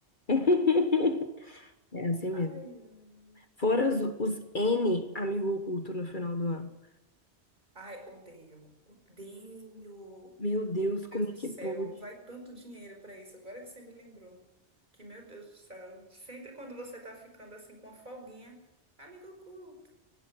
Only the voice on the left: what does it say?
<laughs> É assim
mesmo.
Fora os, os N amigo oculto no final do ano.
Meu Deus, como
é
que pode?